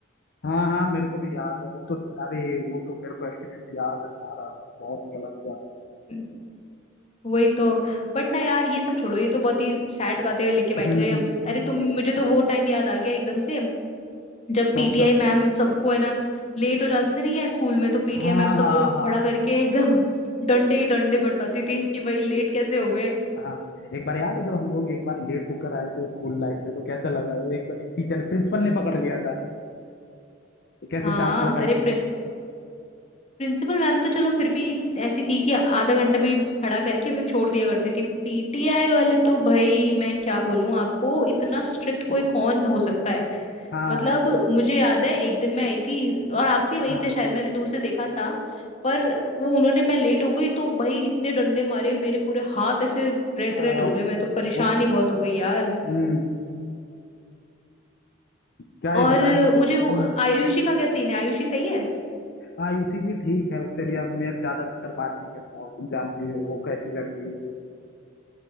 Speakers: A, on the left; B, on the left.
A: हाँ हाँ मेरे को भी याद है वो तो अरे वो तो मेरे को एक्सीडेंट याद है तुम्हारा बहुत गलत हुआ था
B: <laughs> वही तो बट ना यार ये सब छोड़ो ये तो बहुत ही सैड बातें लेके बैठ
A: हम्म
B: गए हम अरे तुम मुझे तो वो टाइम याद आ गया एकदम से जब
A: कौन
B: पीटीआई
A: सा
B: मैम सबको है ना लेट हो जाते थे ना क्या स्कूल में तो पीटीआई
A: हाँ
B: मैम
A: हाँ
B: सबको
A: हाँ
B: खड़ा करके एकदम <laughs> डंडे ही डंडे बरसाती थी कि भाई लेट कैसे हो गए
A: हाँ एक बार याद है जब हम लोग एक बार लेट होकर आए थे स्कूल लाइफ में तो कैसा लगा एक बार एक टीचर प्रिंसिपल ने पकड़ लिया था तो कैसे
B: हाँ
A: डांट लगाई
B: अरे
A: थी
B: प्रिंसिपल मैम तो चलो फिर भी ऐसी थी कि आधा घंटा भी खड़ा करके फिर छोड़ दिया करती थी पीटीआई वाले तो भाई मैं क्या बोलूं आपको इतना स्ट्रिक्ट कोई कौन हो सकता है
A: हाँ
B: मतलब मुझे याद है एक दिन मैं आई थी और आप भी वहीं
A: हाँ
B: थे शायद मैंने दूर से देखा था पर वो उन्होंने मैं लेट हो गई तो भाई इतने डंडे मारे मेरे पूरे हाथ ऐसे रेड
A: अ,
B: रेड हो गए मैं तो परेशान
A: ओफो
B: ही बहुत हो गई यार
A: हम्म क्या ही
B: और
A: बताएं हम्म,
B: मुझे वो आयुषी का क्या सीन है आयुषी सही है
A: हाँ यूसी भी ठीक है उससे भी अब मैं ज्यादातर बात नहीं करता हूँ तुम जानती हो वो कैसी लड़की है